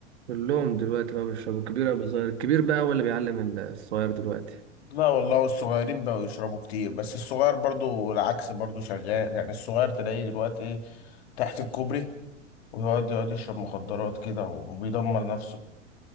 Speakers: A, on the right; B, on the left.
A: كلهم دلوقتي بقى بيشربوا الكبير قبل الصغير الكبير بقى هو اللي بيعلم الصغير دلوقتي
B: لا والله والصغيرين بقوا يشربوا كتير بس الصغير برضو العكس برضو شغال يعني الصغير تلاقيه دلوقتي ايه تحت الكوبري ويقعد يقعد يشرب مخدرات كده وبيدمر نفسه